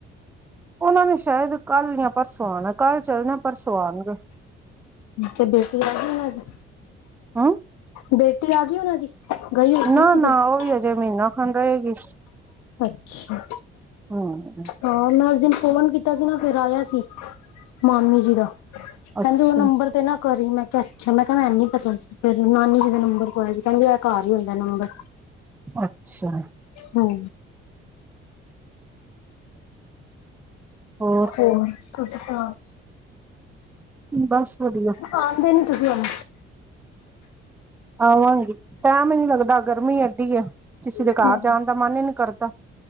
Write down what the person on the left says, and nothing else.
ਤੇ ਬੇਟੀ ਆ ਗਈ ਉਹਨਾਂ ਦੀ।
ਬੇਟੀ ਆ ਗਈ ਉਹਨਾਂ ਦੀ? ਗਈ ਹੋਈ ਸੀ
ਕਿਧਰ
ਅੱਛਾ।
ਹਾਂ, ਮੈਂ ਉਸ ਦਿਨ ਫੋਨ ਕੀਤਾ ਸੀ। ਨਾ ਫੇਰ, ਆਇਆ ਸੀ, ਮਾਮੀ। ਜੀ ਦਾ। ਕਹਿੰਦੀ
ਉਹ, ਨੰਬਰ ਤੇ ਨਾ ਕਰੀ, ਮੈਂ। ਮੈਂ ਕਿਹਾ ਅੱਛਾ, ਮੈਂ ਕਿਹਾ ਮੈਂਨੂੰ ਨੀ ਪਤਾ ਸੀ। ਫੇਰ ਨਾਨੀ ਤੇ, ਨੰਬਰ ਪਵਾਇਆ ਸੀ। ਕਹਿੰਦੀ ਆ ਘਰ ਹੀ, ਹੁੰਦਾ ਨਾ।
ਹੂੰ।
ਹੋਰ, ਤੁਸੀ ਸੁਣਾਓ?
ਆਂਦੇ ਨੀ, ਤੁਸੀਂ ਹੁਣ।
ਹੁਣ